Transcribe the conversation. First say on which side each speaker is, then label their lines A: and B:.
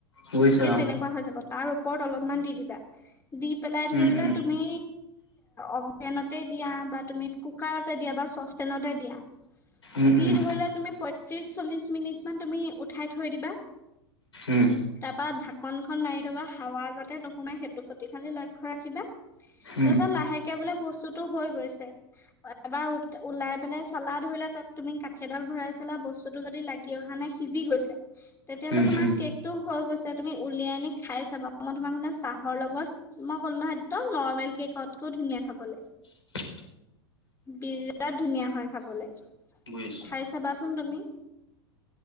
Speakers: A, on the left; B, on the left.
A: বুজিছো
B: সেই
A: অ',
B: তেনেকুৱা হৈ যাব, তাৰ ওপৰত অলপমান দি দিবা, দি পেলাই ধৰি
A: উম, উম,
B: লোৱা তুমি অ'ভেনতে দিয়া বা তুমি কুকাৰতে দিয়া বা ছচপেনতে দিয়া।
A: উম,
B: দি
A: উম,
B: ধৰি লোৱা তুমি পয়ত্ৰিশ, চল্লিশ মিনিট মান তুমি উঠাই থৈ দিবা।
A: উম,
B: বা ঢাকন খন মাৰি থবা, হাৱা যাতে নোসোমাই, সেইটো প্ৰতি খালি লক্ষ্য ৰাখিবা।
A: উম,
B: তাৰ পিছত লাহেকে বোলে বস্তুতো হৈ গৈছে। এবাৰ ওলাই পেলাই চালা ধৰিলা, তাত তুমি কাঠিডাল ভৰাই চালা বস্তুতো যদি লাগি উঠি অহা নাই, সিজি গৈছে, তেতিয়াহ'লে
A: উম,
B: তোমাৰ
A: উম,
B: কেকটো হৈ গৈছে। তেনেকে তুমি উলিয়াই আনি খাই চাবা, মই তোমাক মানে চাহৰ লগত মই ক'লো নহয় একদম নৰ্মেল কেকত কৈও ধুনীয়া খাবলৈ।
A: <unintelligible>
B: বিৰাট ধুনীয়া হয় খাবলৈ।
A: গৈছো।
B: খাই ছাবচোন তুমি।